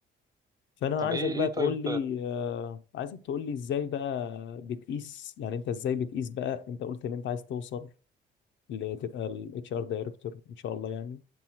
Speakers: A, on the left; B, on the right.
A: فأنا
B: طب
A: عايزك
B: إيه
A: بقى
B: إيه
A: تقول
B: طيب
A: لي آه، عايزك تقول لي إزاي بقى بتقيس يعني أنت إزاي بتقيس بقى أنت قلت إن أنت عايز توصل لتبقى ال HR دايركتور إن شاء الله يعني